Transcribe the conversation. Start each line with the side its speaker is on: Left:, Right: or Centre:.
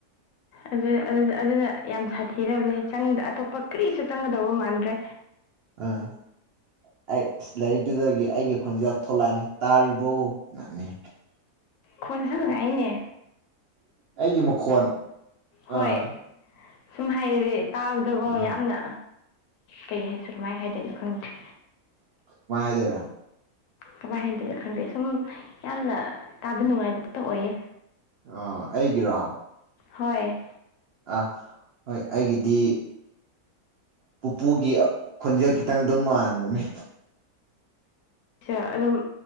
Left: ꯑꯗꯨꯅ ꯑꯗꯨꯅ ꯑꯗꯨꯅ ꯌꯥꯝ ꯁꯥꯊꯤꯔꯕꯅꯦ ꯆꯪ ꯑꯇꯣꯞꯄ ꯀ꯭ꯔꯤꯁꯨ ꯆꯪꯒꯗꯧꯕ ꯃꯥꯟꯗ꯭ꯔꯦ
Right: ꯑ ꯑꯩ ꯑꯁ ꯂꯥꯏꯔꯤꯛꯇꯨꯗꯒꯤ ꯑꯩꯒꯤ ꯈꯣꯟꯖꯦꯜ ꯊꯣꯛꯂꯛꯑꯅꯤ ꯇꯥꯔꯤꯕꯣ ꯅꯅꯤ
Left: ꯈꯣꯟꯖꯤꯜ ꯍꯥꯏꯅ‌ꯦ
Right: ꯑꯩꯒꯤ ꯃꯈꯣꯟ
Left: ꯍꯣꯏ
Right: ꯑꯥ
Left: ꯁꯨꯝ ꯍꯥꯏꯗꯤ ꯇꯥꯕꯗꯀꯣ
Right: ꯎꯝ
Left: ꯌꯥꯝꯅ ꯀꯩ ꯍꯥꯏꯁꯤꯔ ꯀꯃꯥꯏ ꯍꯥꯏꯗꯣꯏꯅꯣ ꯈꯪꯗ꯭ꯔ‌ꯦ
Right: ꯀꯃꯥꯏ ꯍꯥꯏꯗꯣꯏꯔ
Left: ꯀꯃꯥꯏ ꯍꯥꯏꯗꯣꯏꯔ ꯈꯪꯗꯦ ꯁꯨꯝ ꯌꯥꯝꯅ ꯇꯥꯕ ꯅꯨꯡꯉꯥꯏꯕꯗ ꯑꯣꯏꯌꯦ
Right: ꯑ ꯑꯩꯒꯤꯔꯣ
Left: ꯍꯣꯏ
Right: ꯑꯥ ꯍꯣꯏ ꯑꯩꯒꯤꯗꯤ ꯄꯨꯄꯨꯒꯤ ꯈꯣꯟꯖꯦꯜ ꯈꯤꯇꯪ ꯗꯨꯝ ꯃꯥꯟꯕꯅꯦ
Left: ꯁ ꯑꯗꯨꯝ